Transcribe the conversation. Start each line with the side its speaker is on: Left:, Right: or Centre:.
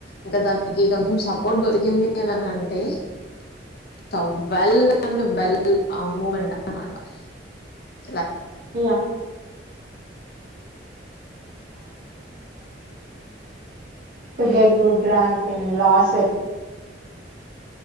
Left: ఇంకా దానికి కొంచెం సపోర్ట్ దొరికింది <unintelligible> <unintelligible> <unintelligible>
Right: <unintelligible> to get good rank in law set